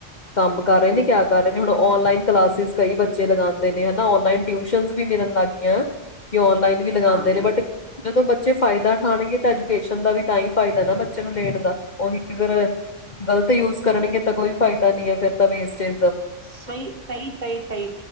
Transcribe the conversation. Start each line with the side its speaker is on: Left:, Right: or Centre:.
Left: ਕੰਮ ਕਰ ਰਹੇ ਨੇ,
Right: ਬਿਲਕੁਲ
Left: ਕਿਆ ਕਰ ਰਹੇ ਨੇ ਹੁਣ ਉਹ। ਔਨਲਾਈਨ ਕਲਾਸਿਸ ਕਈ ਬੱਚੇ ਲਗਾਉਂਦੇ ਨੇ ਹੁਣ ਆਨਲਾਈਨ ਟਿਊਸ਼ਨ ਵੀ ਮਿਲਨ ਲੱਗ ਗਈਆਂ। ਕਿ ਔਨਲਾਈਨ ਵੀ ਲਗਾਉਂਦੇ
Right: ਹਾਂ ਬਿਲਕੁਲ
Left: ਨੇ ਬਟ ਜਦੋਂ ਬੱਚੇ ਫਾਇਦਾ ਉਠਾਣਗੇ ਤਾਂ ਐਜੂਕੇਸ਼ਨ ਦਾ ਵੀ ਤਾਂ ਹੀ ਫਾਇਦਾ ਨਾ ਬੱਚੇ ਨੂੰ ਲੈਣ ਦਾ ਉਹੀ ਅਗਰ ਗ਼ਲਤ ਯੂਜ ਕਰਨਗੇ ਤਾਂ ਕੋਈ ਫਾਇਦਾ ਨੀ ਹੈ, ਫੇਰ ਤਾਂ ਵੇਸਟ ਐ।
Right: ਸਹੀ ਸਹੀ ਸਹੀ ਸਹੀ